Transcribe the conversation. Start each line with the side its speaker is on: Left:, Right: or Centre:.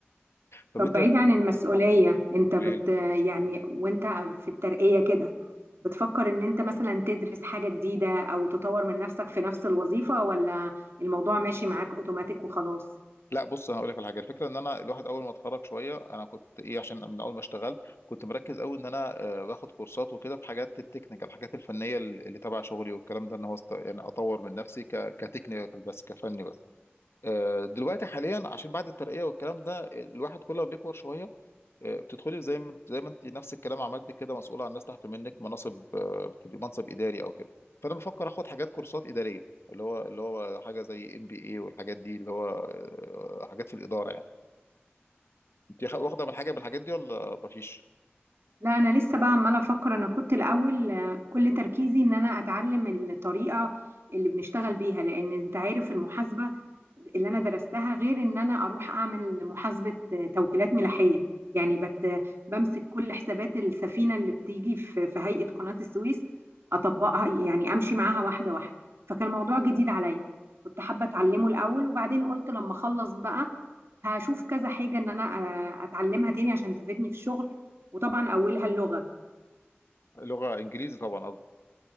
Left: طب
Right: طب
Left: انت
Right: بعيد
Left: قلت-
Right: عن المسؤولية انت
Left: قولي
Right: بت
Left: لي
Right: يعني وانت في الترقية كده بتفكر ان انت مثلا تدرس حاجة جديدة او تطور من نفسك في نفس الوظيفة ولا الموضوع ماشي معاك اوتوماتيك وخلاص
Left: لا بص هقول لك على حاجه الفكره ان انا الواحد اول ما اتخرج شويه انا كنت ايه عشان من اول ما اشتغلت كنت مركز قوي ان انا آه، باخد كورسات وكده في حاجات التكنيكال الحاجات الفنيه اللي اللي تبع شغلي والكلام ده ان هو است... يعني اطور من نفسي ك... كتكنيكال بس كفني بس آه، دلوقتي حاليا عشان بعد الترقيه والكلام ده الواحد كل ما بيكبر شويه بتدخلي زي ما زي ما انت نفس الكلام عملت كده مسؤوله عن ناس تحت منك مناصب آه، بتبقي منصب اداري او كده فانا بفكر اخد حاجات كورسات اداريه اللي هو اللي هو حاجه زي ام بي اي والحاجات دي اللي هو آه، حاجات في الاداره يعني انت خ- واخده من حاجه من الحاجات دي ولا مفيش
Right: لا انا لسه بقى عماله افكر انا كنت الاول آه، كل تركيزي ان انا اتعلم الطريقه اللي بنشتغل بيها لان انت عارف المحاسبه اللي انا درستها غير ان انا اروح اعمل محاسبه آه، توكيلات ملاحيه يعني بت بمسك كل حسابات السفينه اللي بتيجي في في هيئه قناه السويس اطبقها يعني امشي معاها واحده واحده فكان الموضوع جديد عليا كنت حابه اتعلمه الاول وبعدين قلت لما اخلص بقى هشوف كذا حاجة ان انا آه، اتعلمها تاني عشان تفيدني في الشغل وطبعا اولها اللغة
Left: لغه انجليزي طبعا قصدي